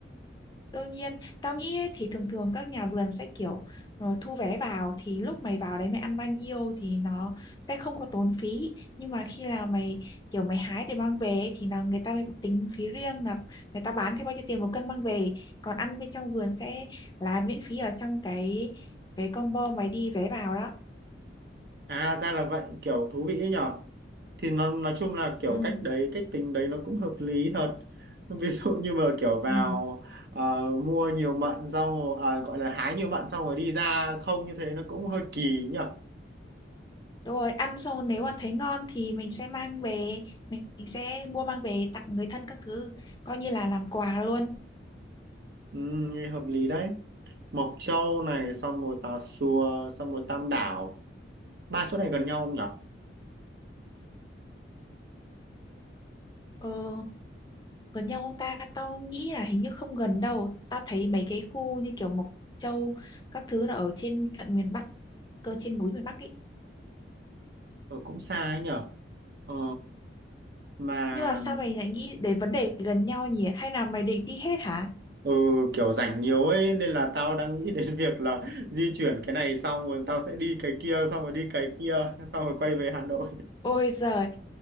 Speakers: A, on the left; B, on the right.
A: Đương nhiên, tao nghĩ ấy, thì thường thường các nhà vườn sẽ kiểu ờ, thu vé vào thì lúc mày vào đấy mày ăn bao nhiêu thì nó sẽ không có tốn phí. Nhưng mà khi nào mày kiểu mày hái để mang về ấy, thì là người ta mới tính phí riêng là người ta bán theo bao nhiêu tiền một cân mang về. Còn ăn bên trong vườn sẽ là miễn phí ở trong cái cái combo mày đi vé vào đó.
B: à ra là vậy kiểu thú vị ấy nhở thì nó nói chung là kiểu
A: Ừ,
B: cách đấy cách tính đấy nó cũng hợp lý thật <laughs> ví dụ như mà kiểu vào
A: ừ.
B: ờ, mua nhiều mận xong rồi- à, gọi là hái nhiều mận xong rồi đi ra không như thế nó cũng hơi kỳ nhở
A: Đúng rồi, ăn xong nếu mà thấy ngon thì mình sẽ mang về, mình mình sẽ mua mang về tặng người thân các thứ, coi như là làm quà luôn.
B: ừ, nghe hợp lý đấy Mộc Châu này xong rồi Tà Xùa xong rồi Tam Đảo ba chỗ này gần nhau không nhở
A: Ừ. gần nhau không ta tao nghĩ là hình như không gần đâu tao thấy mấy cái khu như kiểu Mộc Châu các thứ là ở trên tận miền Bắc cơ trên núi miền Bắc ấy
B: ừ, cũng xa ấy nhở ờ, mà
A: nhưng mà sao mày lại nghĩ đến vấn đề gần nhau nhỉ hay là mày định đi hết hả
B: Ừ, kiểu rảnh nhiều ấy nên là tao đang nghĩ đến <laughs> việc là di chuyển cái này xong rồi tao sẽ đi cái kia xong rồi đi cái kia xong rồi quay về Hà Nội.
A: ôi giời